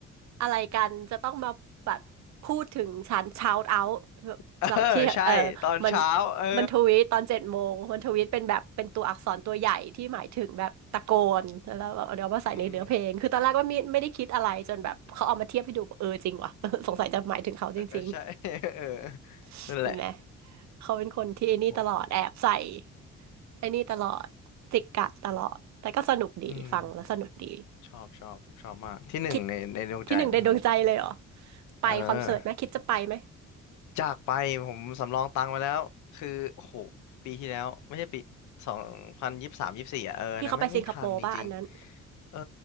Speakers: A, on the right; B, on the left.
A: อะไรกันจะต้องมาแบบพูดถึงฉัน shout out แบบกับที่เออ
B: เออใช่ตอนเช้าเออ
A: มันมันทวีตตอนเจ็ดโมงมันทวีตเป็นแบบเป็นตัวอักษรตัวใหญ่ที่หมายถึงแบบตะโกนแล้วแบบเดี๋ยวมาใส่ในเนื้อเพลงคือตอนแรกว่าไม่ไม่ได้คิดอะไรจนแบบเขาเอามาเทียบให้ดูเออจริงว่ะ
B: อืม
A: <laughs> สงสัยจะหมายถึงเขาจริง
B: เออก็ใช่ <laughs> เออ
A: ๆเห็นไหม
B: นั่นแหละ
A: เขาเป็นคนที่ไอ้นี่ตลอดแอบใส่
B: โอ้
A: ไอ้นี่ตลอดจิกกัดตลอดแต่ก็สนุกดีฟังแล้วสนุกดี
B: อืมชอบชอบผมชอบมากที่หนึ่งในในดวงใจเลยคนเนี้ย
A: คิดที่หนึ่งในดวงใจเลยเหรอไปคอนเสิร์ตไหมคิดจะไปไหม
B: เออ จากไปผมสำรองตังค์ไว้แล้วคือโอ้โหปีที่แล้วไม่ใช่ปีสองพันยี่สิบสามยี่สิบสี่อ่ะเออนะไม่ไม่ทันจริงๆเออ
A: ที่เขาไปสิงคโปร์ป่ะอันนั้น